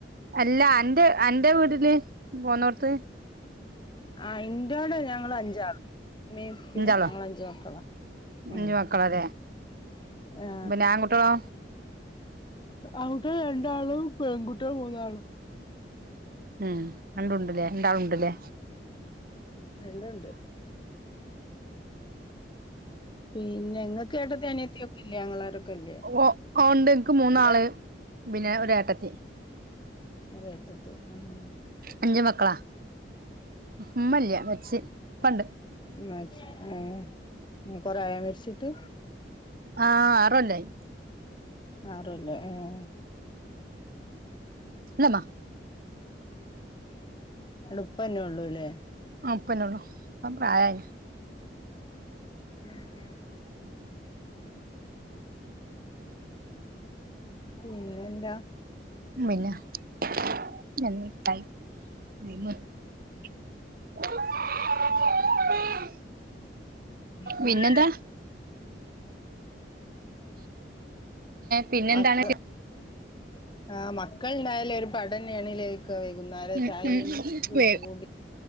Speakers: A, on the right; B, on the left.
A: അല്ല അന്റെ അന്റെ വീട്ടില് പോന്നോട്ത്ത്
B: ആ ഇന്റോടെ ഞങ്ങളഞ്ചാൾ ഇമ്മീം ഇപ്പിം
A: അഞ്ചാളോ
B: ഞങ്ങളഞ്ച് മക്കളാ
A: അഞ്ചു
B: ഉം
A: മക്കളല്ലേ
B: ആ
A: പിന്നെ ആൺകുട്ട്യേളോ
B: ആൺകുട്ട്യേള് രണ്ടാളും പെൺകുട്ട്യേള് മൂന്നാള്
A: ഉം രണ്ടുണ്ടല്ലേ രണ്ടാളുണ്ടല്ലേ
B: രണ്ടുണ്ട് പിന്നെ ഇങ്ങക്ക് കേട്ടത്തി അനിയത്തിയൊക്കെല്ലെ ആങ്ങളാരൊക്കെല്ലേ
A: ഒ ഓണ്ട് ഇൻക്ക് മൂന്നാള് പിന്നെ ഒരേട്ടത്തി
B: ഒരേട്ടത്തി ആഹ്
A: അഞ്ച് മക്കളാ ഇമ്മല്ല മര്ച്ച് ഇപ്പണ്ട്
B: മര്ച്ച് ഏ കൊറേ ആയോ മരിച്ചിട്ട്
A: ആ ആറൊല്ലായ്
B: ആറൊല്ലെ ഏഹ്
A: ല്ല മ്മ
B: ട് ഉപ്പന്നെള്ളൂ ലേ
A: ആ ഉപ്പന്നള്ളു അ പ്രായായി
B: മ് പിന്നെന്താ
A: പിന്നെ <unintelligible> <unintelligible>
B: <unintelligible>
A: പിന്നെന്താ പിന്നെന്താണ്
B: മക്ക ആഹ് മക്കൾണ്ടായാലൊരു പഠന്നേണിലേ ക്കെ വൈകുന്നര
A: ഉം
B: ചായിം
A: ഉം
B: തൂപ്പ
A: വേ
B: കൂടി